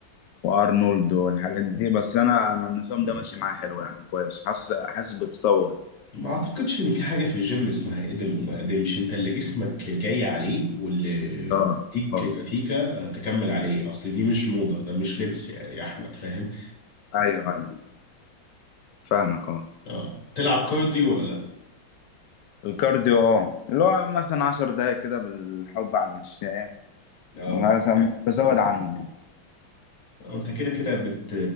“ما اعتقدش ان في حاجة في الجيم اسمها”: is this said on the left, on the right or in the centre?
Left